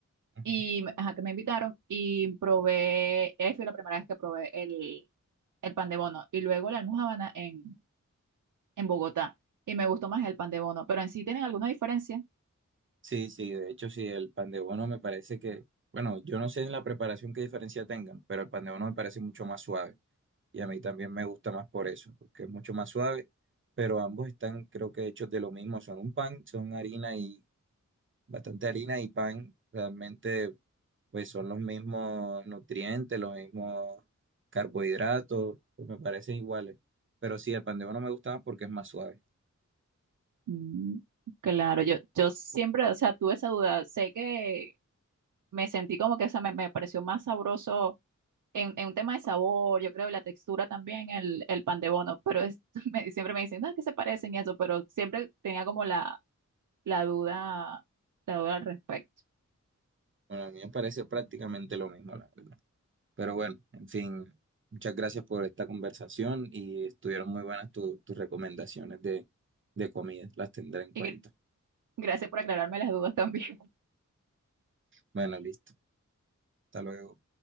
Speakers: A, on the right; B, on the right.
A: ujú.
B: y ajá, que me invitaron y probé, eh, fue la primera vez que probé el, el pan de bono y luego la almojábana en, en Bogotá y me gustó más el pan de bono, pero en sí tienen alguna diferencia.
A: Sí, sí, de hecho, sí, el pan de bono me parece que, bueno, yo no sé en la preparación qué diferencia tengan, pero el pan de bono me parece mucho más suave y a mí también me gusta más por eso, porque es mucho más suave, pero ambos están, creo que hechos de lo mismo, son un pan, son harina y Bastante harina y pan realmente pues son los mismos nutrientes, los mismos carbohidratos, pues me parecen iguales. Pero sí, el pan de bono me gusta más porque es más suave.
B: Mm, claro, yo, yo siempre, o sea, tuve esa duda, sé que me sentí como que, o sea, me me pareció más sabroso en, en un tema de sabor, yo creo, y la textura también, el, el pan de bono, pero es- <laughs> me- siempre me dicen, no, que se parecen y eso, pero siempre tenía como la, la duda, la duda al respecto.
A: Bueno, a mí me parece prácticamente lo mismo, la verdad. Pero bueno, en fin, muchas gracias por esta conversación y estuvieron muy buenas tu- tus recomendaciones de, de comida, las tendré en cuenta.
B: Y gr- gracias por aclararme las dudas también.
A: Bueno, listo. Hasta luego.